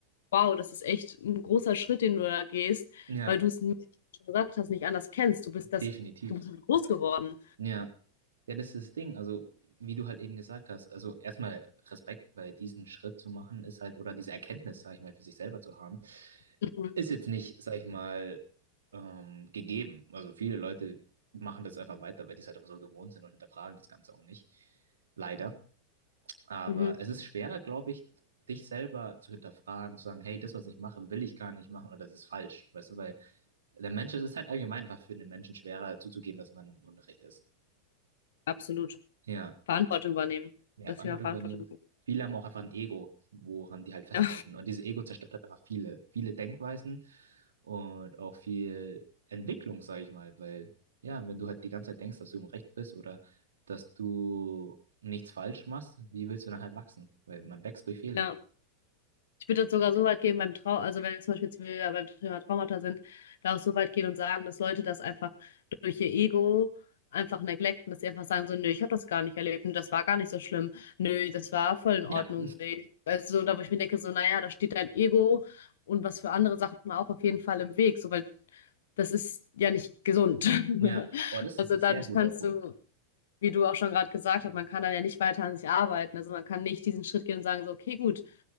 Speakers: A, on the left; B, on the right.
A: wow, das ist echt ein großer Schritt, den du da gehst,
B: Ja,
A: weil du es nicht, wie du schon gesagt hast, nicht anders kennst. Du bist das,
B: definitiv.
A: du bist groß geworden.
B: Ja. Ja, das ist das Ding. Also, wie du halt eben gesagt hast, also erstmal Respekt, weil diesen Schritt zu machen ist halt, oder diese Erkenntnis, sag ich mal, für sich selber zu haben,
A: Mhm.
B: ist jetzt nicht, sag ich mal, ähm, gegeben. Also viele Leute machen das einfach weiter, weil die es halt einfach so gewohnt sind und hinterfragen das Ganze auch nicht. Leider. Aber
A: Mhm.
B: es ist schwerer, glaube ich, dich selber zu hinterfragen, zu sagen, hey, das, was ich mache, will ich gar nicht machen oder das ist falsch. Weißt du, weil Der Mensch, es ist halt allgemein einfach für den Menschen schwerer zuzugeben, dass man Unrecht ist.
A: Absolut.
B: Ja,
A: Verantwortung übernehmen.
B: mehr
A: Das
B: Verantwortung
A: Thema Verantwortung
B: übernehmen.
A: übernehmen.
B: Viele haben auch einfach ein Ego, woran die halt festhalten.
A: Ja.
B: Und dieses Ego zerstört halt einfach viele, viele Denkweisen und auch viel Entwicklung, sage ich mal. Weil, ja, wenn du halt die ganze Zeit denkst, dass du im Recht bist oder dass du nichts falsch machst, wie willst du dann halt wachsen? Weil man wächst durch Fehler.
A: Ja. Ich würde das sogar so weit gehen beim Trau, also wenn wir zum Beispiel jetzt wieder beim Thema Traumata sind, da auch so weit gehen und sagen, dass Leute das einfach durch ihr Ego einfach neglecten, dass sie einfach sagen so, nö, ich habe das gar nicht erlebt und das war gar nicht so schlimm. Nö, das war voll in Ordnung.
B: Ja,
A: Nee. Weißt du, so, da wo ich mir denke, so, naja, da steht dein Ego und was für andere Sachen auch auf jeden Fall im Weg, so, weil das ist ja nicht gesund.
B: <laughs>
A: <laughs>
B: ja, oh, das
A: Also
B: ist ein
A: dann
B: sehr guter
A: kannst
B: Punkt.
A: du wie du auch schon gerade gesagt hast, man kann dann ja nicht weiter an sich arbeiten. Also man kann nicht diesen Schritt gehen und sagen, so, okay, gut,